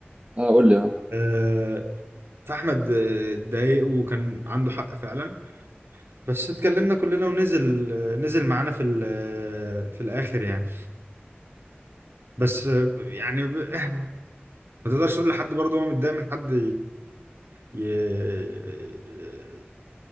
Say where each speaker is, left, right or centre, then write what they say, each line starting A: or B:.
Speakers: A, on the right; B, on the right.
A: آه، قول لي اه
B: آه فاحمد آه، اتضايق وكان عنده حق فعلا بس اتكلمنا كلنا ونزل آه، نزل معانا في ال- آه، في الاخر يعني بس آه، ب- يعني ب- <laughs> ما تقدرش تقول لحد برضه هو متضايق من حد ي... ي...